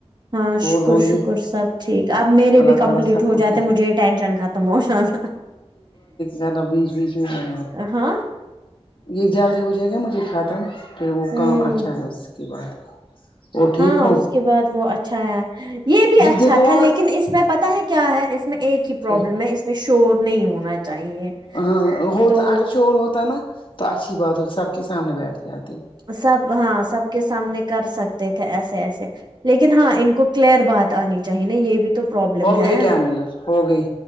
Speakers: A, on the right; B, on the left.
A: ہاں شکر
B: اور بولی
A: شکر سب ٹھیک اب میرے
B: اللہ
A: بھی
B: تعالی
A: کمپلیٹ
B: سب
A: ہو
B: کو
A: جاتے
B: ٹھیک
A: مجھے یہ ٹینشن ختم ہو جاتا
B: زیادہ بیچ بیچ میں رہاں
A: ہاں
B: یہ جلدی ہو جائے گا مجھے ختم پھر وہ
A: ہوں
B: کام اچھا ہے اس کے بعد اور ٹھیک
A: ہاں
B: ہو
A: اس کے بعد وہ اچھا ہے یہ بھی اچھا
B: دیکھو
A: تھا
B: وہاں
A: لیکن اس میں پتاہ ہے کیا ہے اس میں ایک ہی پرابلم
B: کیا
A: ہے اس میں شور نہیں ہونا چاہیے
B: ہاں ہوتا
A: تو
B: اگر شور ہوتا نا تو اچھی بات ہو سب کے سامنے بیٹھ جاتے
A: سب ہاں سب کے سامنے کر سکتے تھے ایسے ایسے لیکن ہاں ان کو کلیئر بات آنی چاہی نا یہ بھی تو پرابلم
B: ہو
A: ہے
B: گئی <unintelligible> ہو گئی